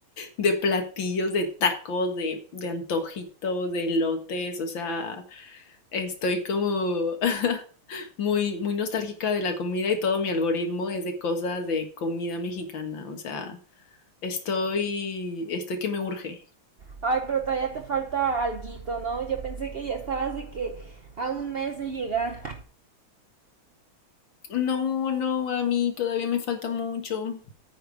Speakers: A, on the left; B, on the right.
A: de platillos, de tacos, de, de antojitos, de lotes, o sea, estoy como <laughs> muy, muy nostálgica de la comida y todo mi algoritmo es de cosas de comida mexicana, o sea, estoy, estoy que me urge.
B: Ay, pero todavía te falta alguito, ¿no? Yo pensé que ya estabas de que a un mes de llegar.
A: No, no, a mí todavía me falta mucho.